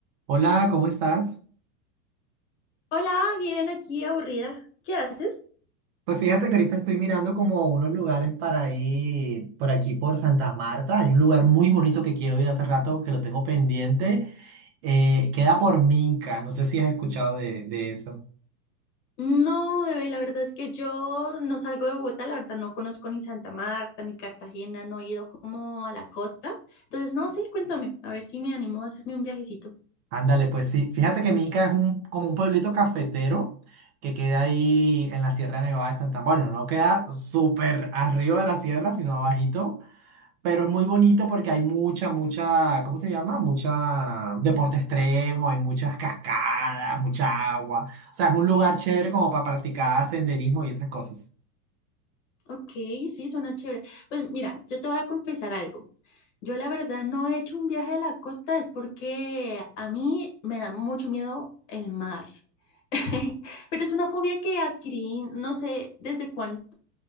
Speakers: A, on the right (about 40°); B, on the left (about 45°).
A: Hola, ¿cómo estás?
B: Hola, bien, aquí aburrida. ¿Qué haces?
A: Pues fíjate que ahorita estoy mirando como unos lugares para ir por aquí por Santa Marta. Hay un lugar muy bonito que quiero ir hace rato, que lo tengo pendiente. Eh, queda por Minca, no sé si has escuchado de, de eso.
B: No, bebé, la verdad es que yo no salgo de Bogotá, la verdad no conozco ni Santa Marta ni Cartagena, no he ido como a la costa. Entonces, no, sí, cuéntame, a ver si me animo a hacerme un viajecito.
A: Ándale, pues sí. Fíjate que Minca es un, como un pueblito cafetero que queda ahí en la Sierra Nevada de Santa Marta. Bueno, no queda súper arriba de la sierra, sino abajito. Pero es muy bonito porque hay mucha, mucha, ¿cómo se llama? Mucha deporte extremo, hay muchas cascadas, mucha agua. O sea, es un lugar chévere como para practicar senderismo y esas cosas.
B: Ok, sí, suena chévere. Pues mira, yo te voy a confesar algo. Yo la verdad no he hecho un viaje a la costa, es porque a mí me da mucho miedo el mar. <laughs> Pero es una fobia que adquirí, no sé desde cuándo,